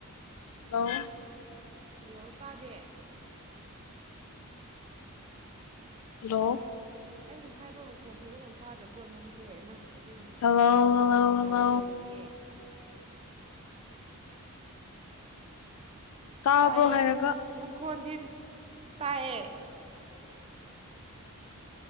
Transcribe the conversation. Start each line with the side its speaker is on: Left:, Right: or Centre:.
Left: ꯍꯜꯂꯣ
Right: ꯍꯜꯂꯣ ꯇꯥꯗꯦ
Left: ꯍꯜꯂꯣ
Right: ꯑꯩ ꯍꯥꯏꯕ ꯃꯈꯣꯟ ꯐꯖꯅ ꯇꯥꯗ꯭ꯔꯕꯣ ꯅꯪꯁꯦ ꯅꯪ ꯑꯗꯨꯝ
Left: ꯍꯜꯂꯣ
Right: ꯀꯩꯅꯣ
Left: ꯍꯜꯂꯣ ꯍꯜꯂꯣ
Right: ꯇꯧꯔꯒ ꯂꯩꯌꯦ
Left: ꯇꯥꯕ꯭ꯔꯣ
Right: ꯇꯥꯏꯑꯦ
Left: ꯍꯥꯏꯔꯒ
Right: ꯅꯪꯈꯣꯟꯗꯤ ꯇꯥꯏꯌꯦ